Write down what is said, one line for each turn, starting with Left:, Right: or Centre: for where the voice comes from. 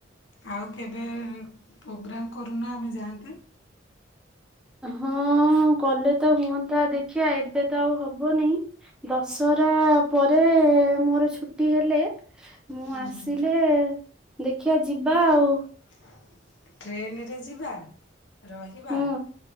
Left: ଆଉ କେବେ ପୋଗ୍ରାମ୍ କରୁନ ଆମେ ଯାଆନ୍ତେ?
Centre: ହଁ କଲେ ତ ହୁଅନ୍ତା ଦେଖିବା ଏବେ ତ ଆଉ ହବନେଇଁ ଦଶହରା ପରେ ମୋର ଛୁଟି ହେଲେ ମୁଁ
Left: ହୁଁ
Centre: ଆସିଲେ ଦେଖିବା ଯିବା ଆଉ।
Left: ହ ଟ୍ରେନରେ ଯିବା, ରହିବା
Centre: ହୁଁ।